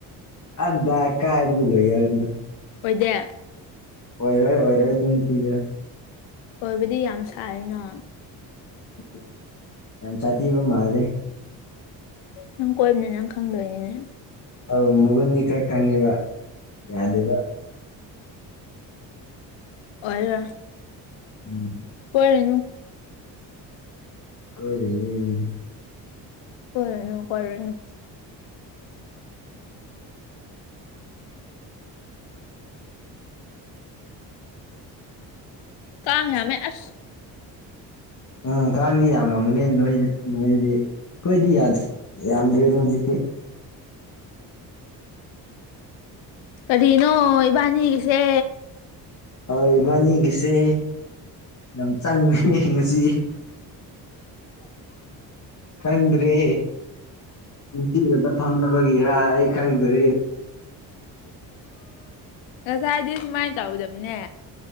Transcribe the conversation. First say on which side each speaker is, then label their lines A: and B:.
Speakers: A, on the left; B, on the left.
A: ꯀꯗ ꯀꯥꯏꯕꯒꯤ ꯂꯣꯏꯌꯦꯜꯅꯦ
B: ꯑꯣꯏꯗꯦ
A: ꯑꯣꯏꯔꯣꯏ ꯑꯣꯏꯔꯣꯏ ꯑꯗꯨꯝ ꯅꯨꯄꯤꯗꯣ
B: ꯑꯣꯏꯕꯗꯤ ꯌꯥꯝ ꯁꯥꯏꯑꯦꯅ
A: ꯎꯝ ꯌꯥꯝ ꯆꯥꯊꯤꯕ ꯃꯥꯜꯂꯦ
B: ꯅꯪ ꯀꯣꯏꯕꯅꯤꯅ ꯅꯪ ꯈꯪꯗꯣꯏꯅꯤꯅꯦ
A: ꯑꯧ ꯃꯒꯨꯟꯗꯤ ꯈꯔ ꯈꯪꯉꯦꯕ ꯌꯥꯗꯦꯕ
B: ꯑꯣꯏꯂꯣꯏ
A: ꯎꯝ
B: <unintelligible>
A: ꯀꯣꯏꯔꯦꯌꯦ
B: ꯀꯣꯏꯔꯨꯅꯨ ꯀꯣꯏꯔꯨꯅꯨ ꯀꯥꯡ ꯌꯥꯝꯃꯦ ꯑꯁ
A: ꯎꯝ ꯀꯥꯡꯗꯤ ꯌꯥꯝꯃꯝꯒꯅꯦ ꯅꯣꯏ ꯅꯣꯏꯗꯗꯤ ꯑꯩꯈꯣꯏꯗꯤ ꯌꯥꯗꯦ ꯌꯥꯝꯗ꯭ꯔꯦꯗ ꯍꯧꯖꯤꯛꯇꯤ
B: ꯀꯔꯤꯅꯣ ꯏꯕꯥꯅꯤꯒꯤꯁꯦ
A: ꯍꯣꯏ ꯏꯕꯥꯅꯤꯒꯤꯁꯦ ꯌꯥꯝ ꯆꯪꯉꯪ ꯉꯁꯤ ꯈꯪꯗ꯭ꯔꯦ ꯉꯁꯤ ꯈꯛꯇ ꯐꯝꯅꯕꯒꯤꯔ ꯑꯩ ꯈꯪꯗ꯭ꯔꯦ
B: ꯉꯁꯥꯏꯗꯤ ꯁꯨꯃꯥꯏꯅ ꯇꯧꯗꯝꯕꯅꯦ